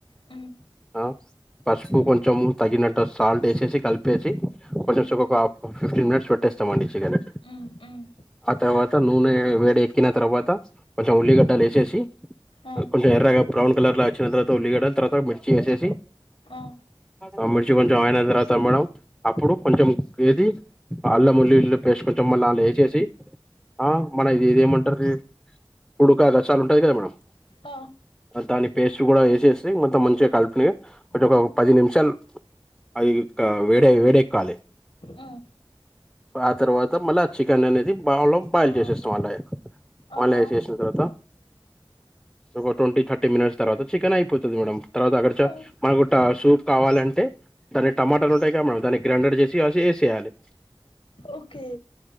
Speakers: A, on the left (about 85°); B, in the centre.
A: హ్మ్
B: ఆ పసుపు
A: హ్మ్
B: కొంచెం తగినట్టు సాల్ట్ వేసేసి కలిపేసి
A: హ్మ్
B: కొంచెం సుగొకావు ఒక్క ఫిఫ్టీన్ మినిట్స్ పెట్టేస్తామండి చికెన్
A: హ్మ్ హ్మ్
B: ఆ తర్వాత నూనె వేడి ఎక్కిన తర్వాత కొంచెం ఉల్లిగడ్డలు వేసేసి
A: ఆ
B: కొంచెం ఎర్రగా బ్రౌన్ కలర్ లా వచ్చిన తర్వాత ఉల్లిగడ్డలు తర్వాత మిర్చి వేసేసి
A: హ
B: ఆ మిర్చి కొంచెం అయిన తర్వాత మేడం అప్పుడు కొంచెం ఏది అల్లముల్లిల్ పేస్ట్ కోన్ కొంచెం మళ్ళా అల్లా ఏ చేేసి ఆ మన ఇది ఇది ఏమంటారు కుడుక గసాలు ఉంటది కదా మేడమ్
A: ఆ
B: దాని పేస్ట్ కూడా వేసేస్తే మొత్తం మంచిగా కలిపిని ఒకటే ఒక
A: హ్మ్
B: పది నిమిషాలు అది ఇంకా వేడే వేడెక్కాలే
A: హ్మ్
B: ఆ తరువాత మళ్ళా చికెన్ అనేది బవులోమ్ పైల్
A: ఆ!
B: చేసేస్తాం
A: ఓకే.
B: అళ్ళ ఏ వాళ్ళ
A: ఆహా!
B: ఏసేసిన తరువాత ఒక ట్వంటీ థర్టీ మినిట్స్ తర్వాత చికెన్ అయిపోతుంది మేడం తరువాత అక్కడ చ
A: ఆ!
B: మణుగూట్టసు సూప్ కావాలంటే దాన్ని టమాటాలు ఉంటాయి కా మేడం దాన్ని గ్రైండర్ చేసి వేసి చేయాలి.
A: ఓకే